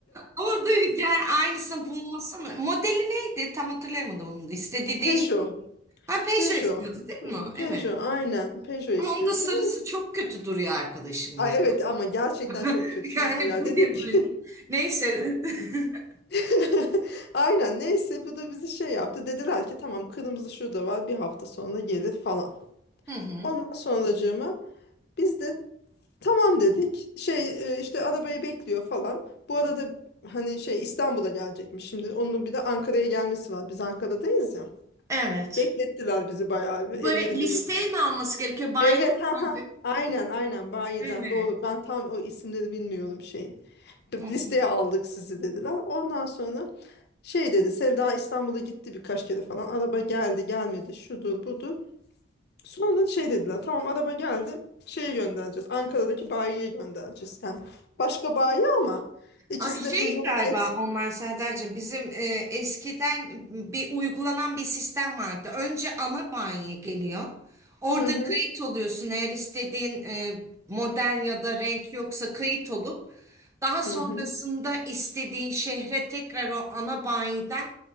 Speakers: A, on the right (about 15°); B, on the left (about 60°).
A: Ama da yani aynısını bulmasana. Modeli neydi? Tam hatırlayamadım onu. da. İstediği değişik.
B: Peugeot.
A: Ha Peugeot
B: Peugeot.
A: istiyordun değil
B: Hmm,
A: mi?
B: Peugeot
A: Evet.
B: aynen. Peugeot istiyordu.
A: Ama onda sarısı
B: Neyse.
A: çok kötü duruyor arkadaşım
B: Ay
A: ya.
B: evet ama gerçekten çok
A: <laughs>
B: kötüydü
A: Yani
B: ya.
A: bu
B: Dedik
A: ne
B: ki
A: böyle? Neyse. <laughs>
B: <laughs> aynen neyse bu da bizi şey yaptı. Dediler ki tamam kırmızı şurada var bir hafta sonra gelir falan.
A: Hı hı.
B: Ondan sonracığıma biz de tamam dedik. Şey e, işte arabayı bekliyor falan. Bu arada hani şey İstanbul'a gelecekmiş. Şimdi onun bir de Ankara'ya gelmesi var. Biz Ankara'dayız ya.
A: Evet.
B: Beklettiler bizi bayağı bir.
A: Böyle
B: Ellerinde
A: listeyi
B: yokmuş.
A: mi alması gerekiyor? Bayram
B: Evet ha
A: mı
B: ha.
A: alacak?
B: Aynen aynen bayiden
A: Evet.
B: doğru. Ben tam o isimleri bilmiyorum şeyi. Bir
A: Hı hı.
B: Listeye aldık sizi dediler. Ondan sonra şey dedi Sevda İstanbul'a gitti birkaç kere falan. Araba geldi gelmedi şudur budur. Sonra şey dediler tamam araba geldi şeye göndereceğiz Ankara'daki bayiye göndereceğiz yani başka bayi ama ikisi
A: A, Şey
B: de Peugeot
A: galiba
B: Magnet.
A: onlar Serdar'cığım bizim e, eskiden bir uygulanan bir sistem vardı. Önce ana banyo geliyor. Orada
B: Hı hı
A: kayıt oluyorsun eğer istediğin e, model ya da renk yoksa kayıt olup daha sonrasında
B: hı hı.
A: istediğin şehre tekrar o ana bayiden